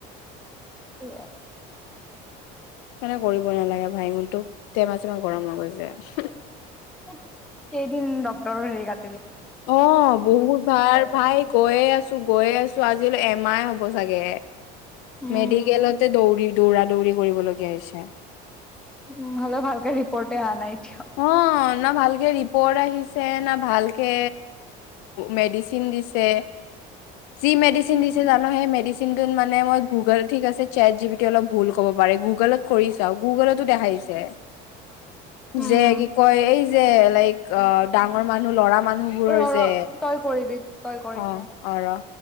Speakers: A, in the centre; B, on the left.
A: ত
B: মানে কৰিব নালাগে, ভাই মূৰটো টেমা চেমা গৰম হৈ গৈছে।
A: কেইদিন ডক্টৰৰ হেৰি ক
B: অ' বহুত ভাল
A: আছ।
B: ভাই গৈয়ে আছে। গৈয়ে আছো আজিল এম আই হ'ব চাগে
A: উম
B: মেডিকেলতে দৌৰি দৌৰা দৌৰি কৰিবলগীয়া হৈছে।
A: উম, হ'লে ভালকে ৰিপৰ্টে অহা নাই এতিয়াও।
B: অ না ভালকৈ ৰিপৰ্ট আহিছে না ভালকে মেডিচিন দিছে
A: <inaudible>
B: জি মেডিচিন
A: উম
B: দিছে জানো সেই মেডিচিন কিন্তুত মানে মই গুগল ঠিক আছে চেট জিপিটি অলপ ভুল ক'ব পাৰে গুগলত কৰি চাওঁ গুগলতো দেখাইছে। ছে
A: <inaudible> উম।
B: যে কি কয় এই যে লাইক অ' ডাঙৰ মানুহ লৰা মানুহবোৰৰ
A: ৰ ৰ
B: যে
A: তই কৰিবি তই কৰ এতিয়া।
B: অ অ ৰ